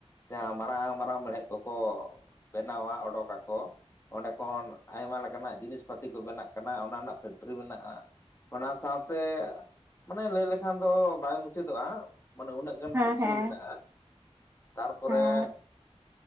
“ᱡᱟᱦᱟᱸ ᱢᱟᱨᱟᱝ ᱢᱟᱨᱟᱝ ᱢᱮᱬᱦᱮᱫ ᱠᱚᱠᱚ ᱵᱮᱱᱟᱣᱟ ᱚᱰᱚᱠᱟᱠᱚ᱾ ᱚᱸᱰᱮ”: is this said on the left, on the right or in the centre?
Left